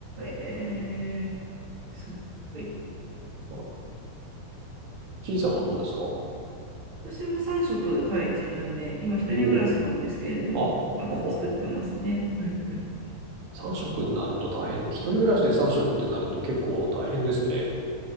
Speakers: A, on the right; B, on the right.
A: えー、すごい。
B: あちいさんはどうですかお
A: 私も3食、はい、自分で、今、一人暮らしなんですけれども、
B: おー。あ、
A: あの、
B: ほほ。
A: 作ってますね。うんうん。
B: 3食になると大変ね。一人暮らしで3食ってなると結構大変ですね。